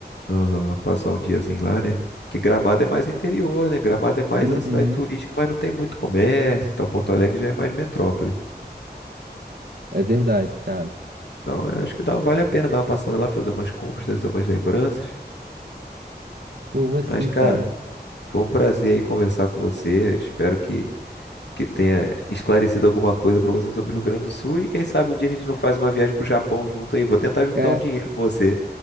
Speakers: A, on the left; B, on the right.
A: Aham, passar um diazinho lá, né? Que Gramado é mais interior, né? Gramado é mais
B: Uhum.
A: uma cidade turística, mas não tem muito comércio e tal. Porto Alegre já é mais metrópole.
B: É verdade, cara.
A: Então, eu acho que dá, vale a pena dar uma passada lá, fazer umas compras, trazer umas lembranças.
B: Pô, vou
A: Mas,
B: sim,
A: cara.
B: cara.
A: Foi um prazer aí conversar com você. Espero que, que tenha esclarecido alguma coisa para você sobre o Rio Grande do Sul. E quem sabe um dia a gente não faz uma viagem pro Japão junto aí. Vou tentar juntar
B: Ca-
A: um dinheiro com você.